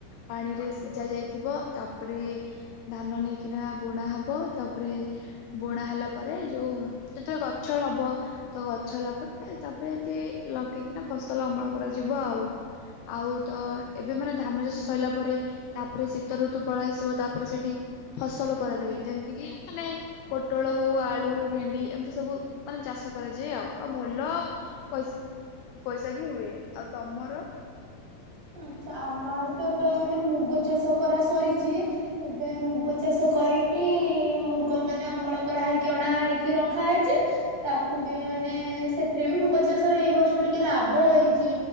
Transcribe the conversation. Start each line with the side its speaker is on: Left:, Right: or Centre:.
Left: ପାଣିରେ ସିଝା ଯାଇଥିବ ତାପରେ ଧାନ ନେଇକିନା ବୁଣା ହବ ତାପରେ ବୁଣା ହେଲା ପରେ ଯୋଉ ଯେତେବେଳେ ଗଛ ହବ ତ ଗଛ ହେଲା ପରେ ତାପରେ ଏମିତି ଲଗେଇକିନା ଫସଲ ଅମଳ କରାଯିବ ଆଉ ଆଉ ତ ଏବେ ମାନେ ଧାନ ଚାଷ ସରିଲା ପରେ ତାପରେ ଶୀତ ଋତୁ ଫଳ ଆସିଯିବ ତାପରେ ସେଠି ଫସଲ କରାଯାଏ ଯେମିତି କିି ମାନେ ପୋଟଳ ହଉ ଆଳୁ ଭେଣ୍ଡି ଏମିତି ସବୁ ମାନେ ଚାଷ କରାଯାଏ ଆଉ ଆଉ ଭଲ ପସ ପଇସା ବି ହୁଏ ଆଉ ତମର
Right: ଆଚ୍ଛା ଆମ ଆଡେ ତ ଏବେ ମାନେ ମୁଗ ଚାଷ କରା ସରିଛି ଏବେ ମୁଗ ଚାଷ କରିକି ମୁଗ ମାନେ ଅମଳ କରା ହେଇକି ଅଣା ହେଇକି ରଖା ହେଇଛେ ତାକୁ ବି ମାନେ ସେଥିରେ ବି ମୁଗ ଚାଷରେ ଏଇ ବର୍ଷ ଟିକେ ଲାଭ ହେଇଛି